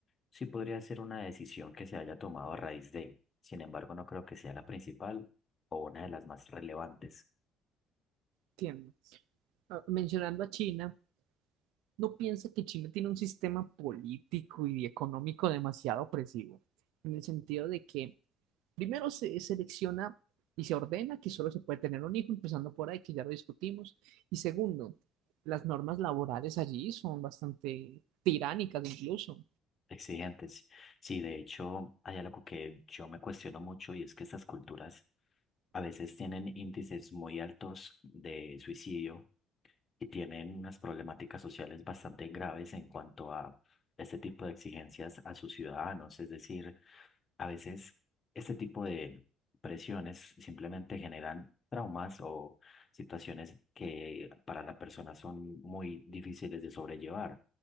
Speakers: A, on the left; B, on the right.
A: sí podría ser una decisión que se haya tomado a raíz de, sin embargo, no creo que sea la principal o una de las más relevantes,
B: Entiendo. Ah, Mencionando a China. no piensa que China tiene un sistema político y económico demasiado opresivo, en el sentido de que primero se selecciona y se ordena que solo se puede tener un hijo, empezando por ahí, que ya lo discutimos, y segundo, las normas laborales allí son bastante tiránicas incluso,
A: exigentes. Sí, de hecho, hay algo que yo me cuestiono mucho y es que estas culturas a veces tienen índices muy altos de suicidio y tienen unas problemáticas sociales bastante graves en cuanto a este tipo de exigencias a sus ciudadanos. Es decir, a veces este tipo de presiones simplemente generan traumas o situaciones que para la persona son muy difíciles de sobrellevar.